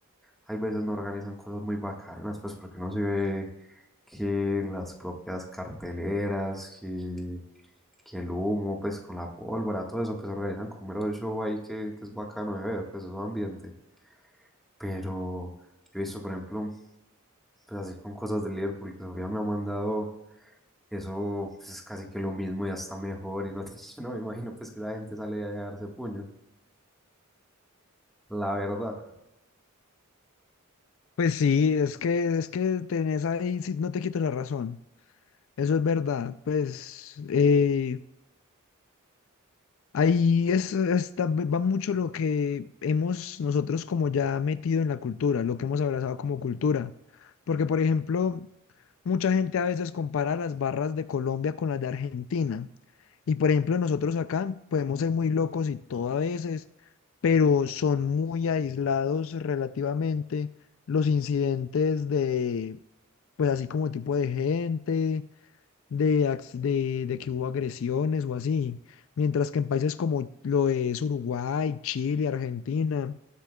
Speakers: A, in the centre; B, on the left (about 65°).
A: hay veces no organizan cosas muy bacanas, pues porque no se ve que las propias carteleras, que, que el humo, pues con la pólvora, todo eso, pues organizan como mero show ahí que, que es bacano de ver, pues es un ambiente. Pero yo he visto, por ejemplo, pues así con cosas de Liverpool, que Sofía me ha mandado. Eso pues, es casi que lo mismo y hasta mejor. Y no, te- <laughs> yo no me imagino pues que la gente sale de ahí a darse puño. La verdad.
B: Pues sí, es que, es que tenés ahí, sí, no te quito la razón, eso es verdad, pues eh, Ahí es, es tam- va mucho lo que hemos nosotros como ya metido en la cultura, lo que hemos abrazado como cultura. Porque, por ejemplo, mucha gente a veces compara las barras de Colombia con las de Argentina. Y, por ejemplo, nosotros acá podemos ser muy locos y todo a veces, pero son muy aislados relativamente los incidentes de, pues así como tipo de gente de, ax- de, de que hubo agresiones o así. Mientras que en países como lo es Uruguay, Chile, Argentina,